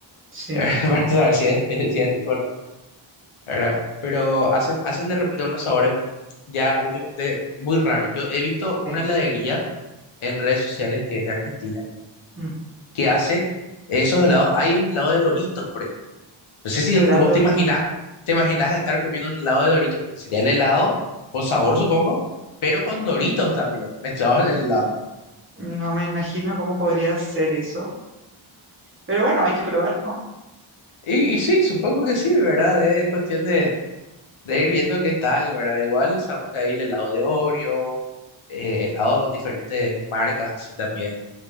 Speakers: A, on the right; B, on the left.
A: Sí,
B: <laughs> para
A: claro,
B: saber si es, si es rico o no. ¿verdad? Pero hacen, hacen de repente unos sabores ya últimamente muy raros. Yo he visto una
A: sí.
B: heladería en redes sociales que es de Argentina,
A: Mm.
B: que hace esos helados. Hay un helado de Doritos, por ejemplo. No sé si
A: Helado.
B: vos te imaginás, te imaginás estar comiendo un helado de Doritos, porque sería el helado con sabor, supongo, pero con Doritos también, mezclados
A: mm,
B: en el helado.
A: No me imagino cómo podría ser eso, pero bueno, hay que probar, ¿no?
B: Y, y sí, supongo que sí, ¿verdad? Es cuestión de, de ir viendo qué tal, ¿verdad? Igual sabemos que hay el helado de Oreo, eh, helado con diferentes marcas así también